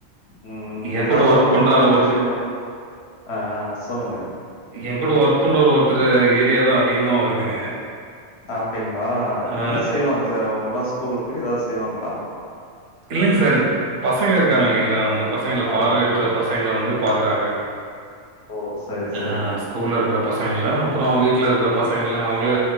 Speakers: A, on the left; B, on the right.
A: ம்
B: என்
A: ஏதாவது
B: கூட வொர்க்
A: அவுங்க
B: பண்றாரு
A: ஃபெளண்டேஷன்
B: ஒருத்தர்.
A: முலிய அ அ சொல்லுங்க
B: ஏ கூட ஒர்க் பண்ற ஒர்த்தர் ஏரியா தா அதிகமா வருதுங்க
A: அப்டிங்களா
B: ஆ
A: என்ன செய்வாங்க சார் அவங்கல்லா ஸ்கூலுக்கு ஏதாவது செய்வாங்களா
B: இல்லேங்க சார் பசங்க இருக்காங்கல்லைங்களா அந்த பசங்கள
A: ஆமா
B: பார்வையற்ற
A: ஆமா
B: பசங்கள வந்து பாக்குறாங்க
A: ஓ சரி
B: ஆ
A: சரிங்க
B: ஸ்கூல்ல இருக்குற பசங்கள அப்றோ வீட்ல இருக்குற பசங்கள அவுங்களே